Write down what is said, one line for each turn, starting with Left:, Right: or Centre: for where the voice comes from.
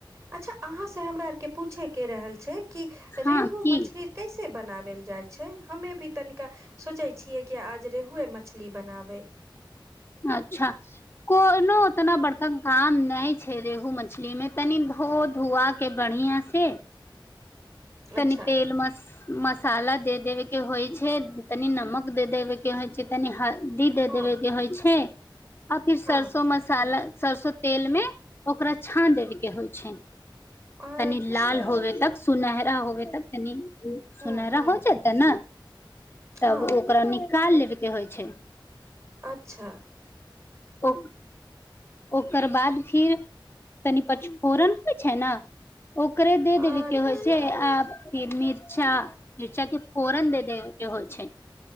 Right: अच्छा अहाँ से हमरा आर के पूछे के रहल छै कि
Left: हँ
Right: रेहू
Left: की
Right: मछली कैसे बनाबल जाइ छै हमे भी तनिका सोचै छियै कि आज रेहुुए मछली बनाबै
Left: अच्छा कोनो उतना बड़का काम नय छै रेहू मछली मे तनि धो धुआ के बढ़ियाँ से तनि
Right: अच्छा
Left: तेल मस मसाला दे देवे के होइ छै तनि नमक दे देवे के होइ छै तनि हल्दी दे
Right: हँ
Left: देबे के होइ छै आ फिर
Right: हँ
Left: सरसो मसाला सरसो तेल मे ओकरा छान देबे के होइ छै
Right: अच्छा
Left: कनि लाल होबे तक सुनहरा होबे तब तनी ओ
Right: हँ
Left: सुनहरा
Right: हँ
Left: हो जेतै ने
Right: हँ
Left: तब ओकरा निकाल लेबेके होइ छै
Right: अच्छा
Left: ओक ओकर बाद फिर तनी पचफोरन होइ छै ने ओकरे दे
Right: अच्छा
Left: देबी के होइ छै आ फिर मिर्चा मिर्चा के फोरन दे देवे के होइ छै